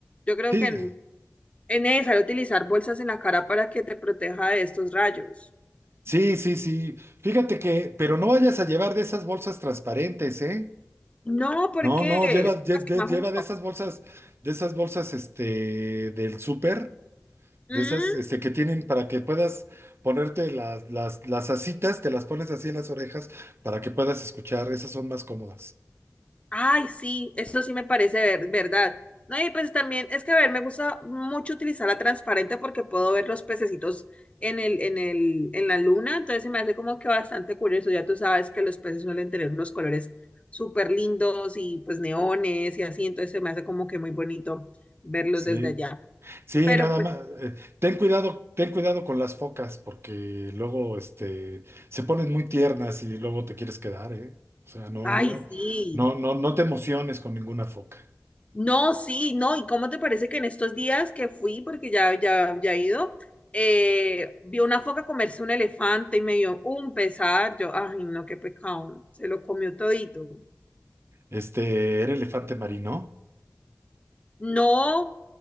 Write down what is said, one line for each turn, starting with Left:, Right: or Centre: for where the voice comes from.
Left: Yo creo
Right: Sí,
Left: que en- es necesario utilizar bolsas en la cara para que te proteja de estos rayos.
Right: sí, sí, sí. Fíjate que, pero no vayas a llevar de esas bolsas transparentes, ¿eh?
Left: No, ¿por
Right: No,
Left: qué?
Right: no, lleva,
Left: Es
Right: lle-
Left: más que
Right: lle-
Left: más
Right: lleva
Left: junto.
Right: de esas bolsas, de esas bolsas, este, del súper.
Left: Mm.
Right: De esas este, que tienen para que puedas ponerte las, las, las asitas, te las pones así en las orejas para que puedas escuchar, esas son más cómodas.
Left: Ay, sí, eso sí me parece ver- verdad. No, y pues también es que, a ver, me gusta mucho utilizar la transparente porque puedo ver los pececitos en el, en el, en la luna, entonces se me hace como que bastante curioso. Ya tú sabes que los peces suelen tener unos colores súper lindos y pues neones y así, entonces se me hace como que muy bonito verlos
Right: Sí,
Left: desde allá.
Right: sí,
Left: Pero
Right: nada
Left: pues,
Right: más. eh, ten cuidado, ten cuidado con las focas, porque luego este, se ponen muy tiernas y luego te quieres quedar, ¿eh? O sea, no,
Left: ay,
Right: no,
Left: sí.
Right: no, no, no te emociones con ninguna foca.
Left: No, sí, no, ¿y cómo te parece que en estos días que fui, porque ya, ya, ya he ido, eh, vi una foca comerse un elefante y me dio un pesar, yo, ay, no, qué pecado, se lo comió todito.
Right: Este, ¿era elefante marino?
Left: No,